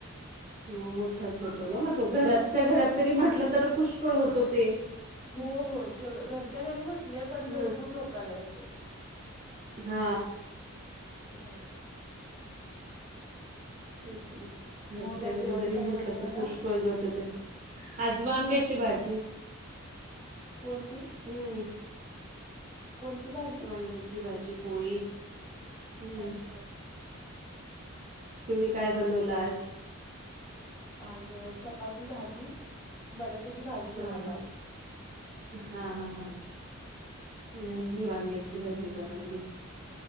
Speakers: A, on the right (about 35°); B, on the left (about 30°).
A: मग मोठाच होतो ना मग तो. घरातच्या घरात तरी म्हटलं तरी पुष्कळ होतो ते.
B: हो होय तेवढं घरच्या घरी म्हटले, पण
A: ह
B: भरपूर लोक आले होते.
A: <inaudible> हा.
B: असं झालं.
A: तेच ना. घरच्या
B: मग आज
A: घरी
B: जेवण
A: जरी
B: काय
A: म्हंटलं,
B: बनवणारा
A: तरी पुष्कळ ज होतं ते. आज वांग्याची भाजी.
B: कोणती?
A: हम्म.
B: कोणती भाजी
A: <inaudible> वांग्याची भाजी पोळी हम्म
B: अच्छा! अच्छा!
A: तुम्ही काय बनवलं आज?
B: आज अं चपाती भाजी. <inaudible> बटाट्याची भाजी
A: हा
B: बनवली आज.
A: हा हा हा. मी ज मी वांग्याची भाजी बनवली.